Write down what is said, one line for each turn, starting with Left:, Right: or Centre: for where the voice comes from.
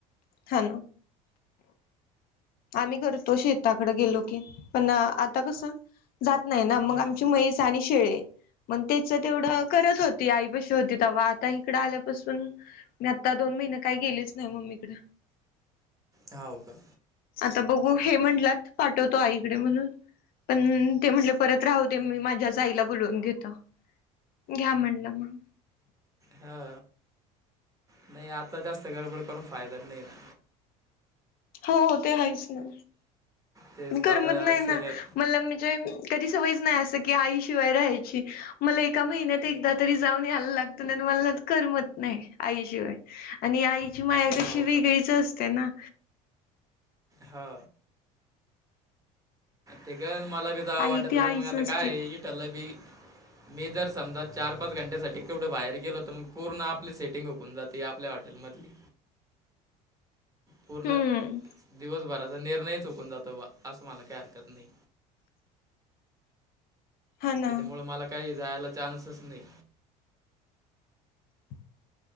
Left: ह ना आम्ही करतो शेताकडें गेलो की पण आता कसं जात नाही ना मग
Right: हां
Left: आमची मैस आणि शेळे मग तेच तेवढं करत होत आई पशी होती तेव्हा आता इकडं आल्यापासून मी आता दोन महिने काय गेलेच नाही मम्मीकडे
Right: हा हो का
Left: आता बघू हे म्हटलात पाठवतो आईकडे म्हणून पण ते म्हटले परत राहू दे मी माझ्याच आईला बोलवून घेतो घ्या म्हणलं मग.
Right: हा. नाही, आता जास्त गडबड करून फायदा नाही ना.
Left: हो ते आहेच ना.
Right: तेच
Left: मी करमत
Right: तर आता
Left: नाही ना
Right: शरीर
Left: मला म्हणजे कधी सवयच नाही असं की आई शिवाय राहायची मला एका महिन्यात एकदा तरी जाऊन यायला लागतं ना मला करमत नाही आईशिवाय आणि आईची माया कशी
Right: हो का
Left: वेगळीच असते ना
Right: हा ते कळल मला बी जावा
Left: आई
Right: वाटत,
Left: ती
Right: पण
Left: आईच
Right: मग आता
Left: असते.
Right: काय इ ठलं बी मी जर समजा, चार पाच घंट्यासाठी केवढे बाहेर गेलो, तर मग पूर्ण आपली सेटिंग हूकून जाते आपल्या हॉ टेल मधली. पूर्ण
Left: हम्म
Right: दिवसभराचा निर्णय चुकून जातो बा, असं मला काही हरकत नाही.
Left: हा ना
Right: त्याच्यामुळे मला काही जायला चान्सच नाही.
Left: <inaudible>